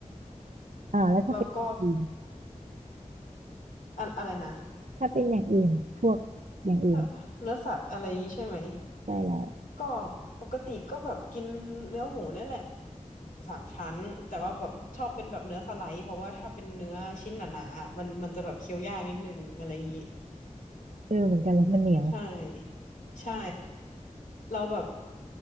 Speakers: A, on the right; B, on the left.
A: อ่าแล้วถ้าเป็นอย่างอื่น
B: แล้วก็อะอะไรนะ
A: ถ้าเป็นอย่างอื่นอะพวกอย่างอื่นอ่ะ
B: เอ่อเนื้อสัตว์อะไรนี้ใช่ไหม
A: ใช่แล้ว
B: ก็ปกติก็แบบกินเนื้อหมูเนี่ยแหละสามชั้นแต่ว่าแบบชอบเป็นแบบเนื้อสไลด์เพราะว่าถ้าเป็นเนื้อชิ้นหนาๆอะมันมันจะแบบเคี้ยวยากนิดนึงอะไรอย่างนี้
A: เออเหมือนกันเลยมันเหนียว
B: ใช่ใช่เราแบบ